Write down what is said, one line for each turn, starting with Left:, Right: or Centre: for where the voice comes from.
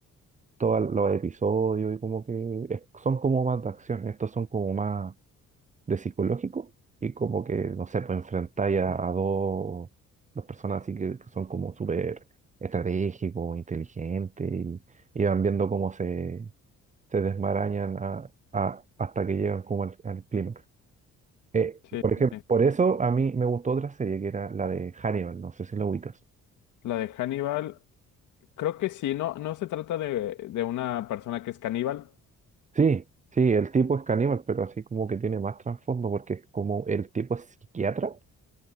Right: todos los episodios y como que es- son como más de acción. Estos son como más de psicológico y como que, no sé, pues enfrentáis a, a dos, dos personas así que, que son como súper estratégicos, inteligentes y, y van viendo cómo se, se desmarañan a- a- hasta que llegan como al, al clímax. Eh,
Left: sí,
Right: por ejemplo,
Left: sí.
Right: por eso a mí me gustó otra serie que era la de Hannibal, no sé si la ubicas.
Left: La de Hannibal, creo que sí, no, no se trata de, de una persona que es caníbal.
Right: Sí, sí, el tipo es caníbal, pero así como que tiene más trasfondo porque es como el tipo es psiquiatra